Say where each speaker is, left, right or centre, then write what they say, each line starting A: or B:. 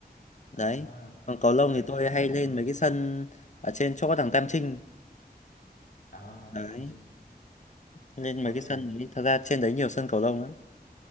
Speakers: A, on the left; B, on the left.
A: đấy
B: à,
A: còn cầu lông
B: kiểu
A: thì tôi
B: mấy
A: hay
B: phòng,
A: lên
B: ờ,
A: mấy cái sân ở trên chỗ có thằng Tam Trinh
B: à,
A: đấy
B: tam trinh,
A: lên
B: ok.
A: mấy cái sân đấy thật ra trên đấy nhiều sân cầu lông lắm